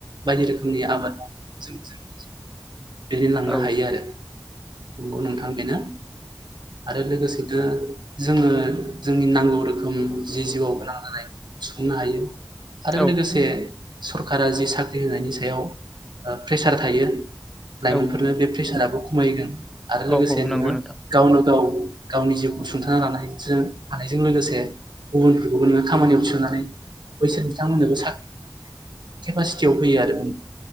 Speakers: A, on the right; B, in the centre.
A: बायदि रोखोमनि आबाद जों जोंनि जिउखौ दैदेनलांनो
B: औ
A: हायो आरो। नंगौ नोंथां बेनो। आरो लोगोसे बिदिनो जोङो जोंनि नांगौ रोखोम जि जिउआव गोनां जानाय सुफुंनो हायो। आरो
B: औ
A: लोगोसे सरकारा जि साख्रि होनायनि सायाव ओ प्रेसार थायो। लाइमोनफोरनो
B: औ
A: बे प्रेसाराबो खमायगोन। आरो लोगोसे
B: औ औ
A: नोङो
B: नंगौ नोंथां
A: गावनो गाव गावनि जिउखौ सुंथा लानायजों हानायजों लोगोसे गुबुनफोरखौबो नोङो खामानियाव थिसननानै बैसोर बिथांमोननोबो साख्रि होनो हानाय केपासिटियाव फैयो आरो।